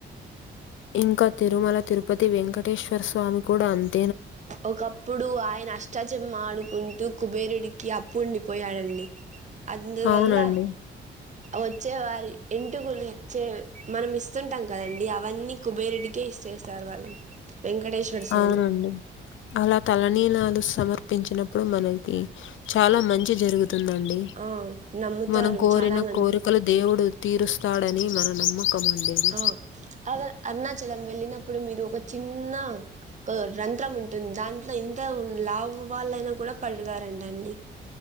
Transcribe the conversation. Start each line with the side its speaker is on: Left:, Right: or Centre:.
Left: ఇంకా తిరుమల తిరుపతి వెంకటేశ్వర స్వామి కూడా అంతే
Right: ఒకప్పుడు ఆయన అష్టాచం ఆడుకుంటూ కుబేరుడికి అప్పు పండిపోయాడండి అందువల్ల
Left: అవునండి.
Right: వచ్చే వారి ఎంటుకులు చే మనం ఇస్తుంటాం కదండడి అవన్నీ కుబేరుెడ్డికే ఇచ్చేస్తారు వాళ్ళు వెంకటేశ్వర స్వామి
Left: అవునండి. అలా తలనీనాలు సమర్పించినప్పుడు మనకి చాలా మంచి జరుగుతు తుందండి
Right: ఆ నమ్ముతారు
Left: మనం కోరిన
Right: చాలా మంది
Left: కోరికలు దేవుడు తీరుస్తాడని మన నమ్మకం అండి అది.
Right: ఆ అ అరుణాచలం వెల్లిన ఇప్పుడు మీరు ఒక చిన్న రంధ్రం ఉంటుంది దాంట్లో ఎంత లావు వాళ్ళయినా కూడా పడతారంట అండి